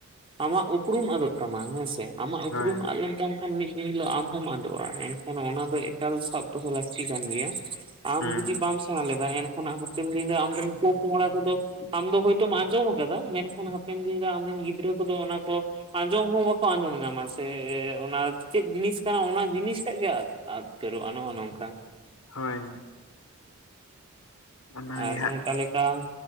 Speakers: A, on the right; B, on the left.
A: ᱟᱢᱟᱜ ᱩᱯᱨᱩᱢ ᱟᱫᱚᱜ ᱛᱟᱢᱟ। ᱦᱮᱸᱥᱮ? ᱟᱢᱟᱜ ᱩᱯᱨᱩᱢ
B: ᱦᱳᱭ
A: ᱟᱫ ᱞᱮᱱᱛᱟᱢ ᱠᱷᱟᱱ ᱢᱤᱫ ᱫᱤᱱ ᱦᱤᱞᱳᱜ ᱟᱢ ᱦᱚᱢ ᱟᱫᱚᱜᱼᱟ। ᱮᱱᱠᱷᱟᱱ ᱚᱱᱟ ᱫᱚ ᱮᱠᱟᱞ ᱥᱟᱵ ᱫᱚᱦᱚ ᱞᱟᱹᱠᱛᱤ ᱠᱟᱱ ᱜᱮᱭᱟ। ᱟᱢ
B: ᱦᱩᱸ
A: ᱡᱩᱫᱤ ᱵᱟᱢ ᱥᱮᱬᱟ ᱞᱮᱫᱟ ᱮᱱᱠᱷᱟᱱ ᱚᱱᱟ ᱪᱮᱢ <unintelligible> ᱟᱢᱨᱮᱱ ᱯᱚ ᱯᱚᱝᱲᱟ ᱠᱚᱫᱚ ᱟᱢ ᱫᱚ ᱦᱚᱭᱛᱚᱢ ᱟᱸᱡᱚᱢ ᱟᱠᱟᱫᱟ, ᱢᱮᱱᱠᱷᱟᱱ ᱦᱟᱯᱮᱱ ᱫᱤᱱ ᱨᱮ ᱟᱢ ᱨᱮᱱ ᱜᱤᱫᱽᱨᱟᱹ ᱠᱚᱫᱚ ᱚᱱᱟ ᱠᱚ ᱟᱸᱡᱚᱢ ᱦᱚᱸ ᱵᱟᱠᱚ ᱟᱸᱡᱚᱢ ᱧᱟᱢᱟ ᱥᱮᱻ ᱚᱱᱟ ᱪᱮᱫ ᱡᱤᱱᱤᱥ ᱠᱟᱱᱟ ᱚᱱᱟ ᱡᱤᱱᱤᱥ ᱴᱟᱜ ᱜᱮ ᱟᱫ ᱟᱫ ᱩᱛᱟᱹᱨᱚᱜᱼᱟ ᱱᱚᱜᱼᱚ ᱱᱚᱝᱠᱟ।
B: ᱦᱳᱭ ᱚᱱᱟᱜᱮ
A: ᱟᱨ
B: ᱦᱟᱸᱜ
A: ᱚᱱᱠᱟ ᱞᱮᱠᱟ